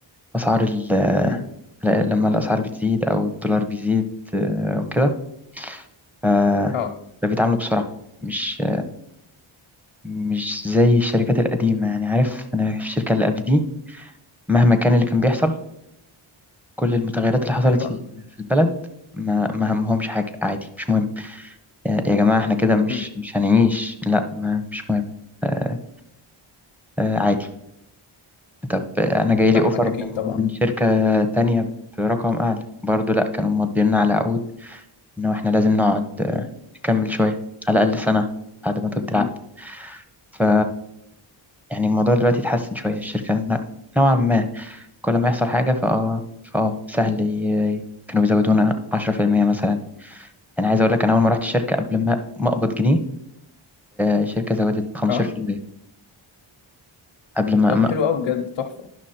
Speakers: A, in the centre; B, on the left (about 75°).
A: أسعار ال
B: مم.
A: ل- لما الأسعار بتزيد أو الدولار بيزيد آه، أو كده ف-
B: أه
A: فبيتعاملوا بسرعة مش مش زي الشركات القديمة يعني عارف أنا في الشركة اللي قبل دي مهما كان اللي كان بيحصل كل المتغيرات اللي حصلت
B: أيوه
A: في في البلد ما ما همهمش حاجة عادي مش مهم يا يا جماعة احنا كده مش
B: مم.
A: مش هنعيش لا ما مش مهم آه آه عادي طب آه، انا جاي لي
B: فاهمك
A: اوفر
B: أكيد
A: من
B: طبعا
A: من شركة تانية برقم اعلى برضو لا كانوا مضينا على عقود انه احنا لازم نقعد آه، نكمل شوية على الاقل سنة بعد ما تبدي العقد
B: مم.
A: ف يعني الموضوع دلوقتي اتحسن شوية الشركة ن- نوعا ما كل ما يحصل حاجة فاه فاه سهل ي- كانوا بيزودونا 10% مثلا يعني عايز اقول لك انا اول ما رحت الشركه قبل ما ما اقبض جنيه الشركه زودت 15%
B: أه
A: قبل ما,
B: طب
A: ما
B: حلو أوي بجد تحفة